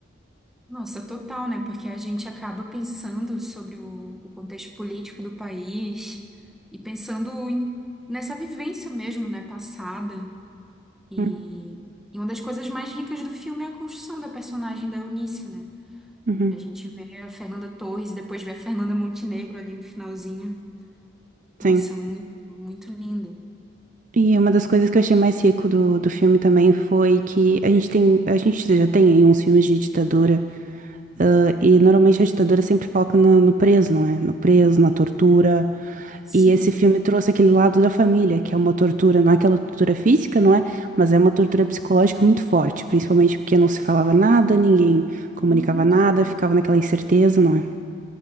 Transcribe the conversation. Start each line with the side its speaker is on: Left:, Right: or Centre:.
Centre: Nossa, total, né? Porque a gente acaba pensando sobre o, o contexto político do país e pensando em- nessa vivência mesmo, né, passada. E,
Right: Hum,
Centre: e uma das coisas mais ricas do filme é a construção da personagem da Eunice, né?
Right: uhum,
Centre: A gente vê a Fernanda Torres e depois vê a Fernanda Montenegro ali no finalzinho.
Right: sim.
Centre: Nossa, muito, muito lindo.
Right: E uma das coisas que eu achei mais rico do, do filme também foi que a gente tem, a gente já tem aí uns filmes de ditadura. Ah, e normalmente a ditadura sempre foca na- no, preso, não é? No preso, na tortura.
Centre: Sim,
Right: E esse filme trouxe aquele lado da família, que é uma tortura, não é aquela tortura física, não é? Mas é uma tortura psicológica muito forte, principalmente porque não se falava nada, ninguém comunicava
Centre: muito.
Right: nada, ficava naquela incerteza, não é?